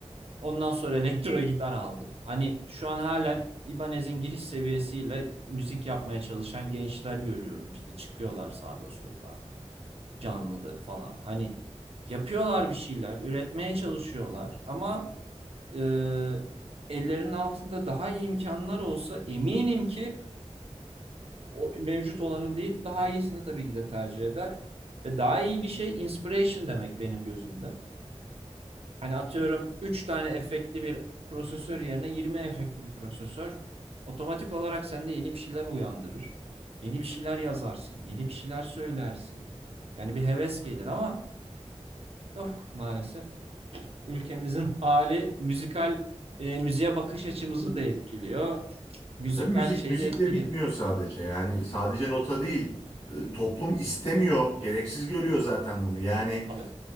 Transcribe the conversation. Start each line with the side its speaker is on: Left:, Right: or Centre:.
Right: Ondan sonra <laughs> elektro gitar aldım. Hani şu an halen İbanez'in giriş seviyesiyle müzik yapmaya çalışan gençler görüyorum işte çıkıyorlar sağda solda canlıda falan. Hani yapıyorlar bir şeyler, üretmeye çalışıyorlar ama Ee, ellerinin altında daha iyi imkanlar olsa eminim ki o mevcut olanı değil daha iyisini tabii ki de tercih eder. Ve daha iyi bir şey inspiration demek benim gözümde. Hani atıyorum 3 tane efektli bir prosesör yerine 20 efektli bir prosesör otomatik olarak sende yeni bir şeyler uyandırır. Yeni bir şeyler yazarsın, yeni bir şeyler söylersin. Yani bir heves gelir ama yok maalesef. Ülkemizin <laughs> hali müzikal e, müziğe bakış açımızı da etkiliyor. Müzikal
Left: E tabii müzik
Right: şeyi
Left: müzikle
Right: de etkiliyor.
Left: bitmiyor sadece. Yani sadece nota değil. E, toplum istemiyor, gereksiz görüyor zaten bunu. Yani
Right: Tabii.